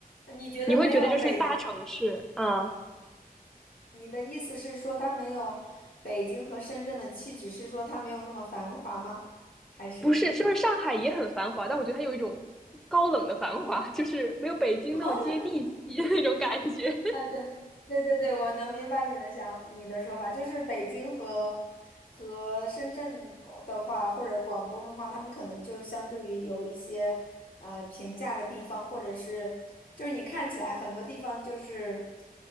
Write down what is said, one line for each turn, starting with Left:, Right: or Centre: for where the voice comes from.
Left: 你觉得没有北，
Centre: 你会觉得就是大城市啊，嗯
Left: 你的意思是说它没有北京和深圳的气质，是说它没有那么繁华吗？还是？
Centre: 不是，是不是上海也很繁华？但我觉得它有一种高冷的繁华，就是没有北京那么接地气的那种感觉。
Left: <laughs> 啊，对，对对对，我能明白你的想，你的说法，就是北京和和深圳的话，或者广东的话，他们可能就相对于有一些，呃，平价的地方，或者是就是你看起来很多地方就是。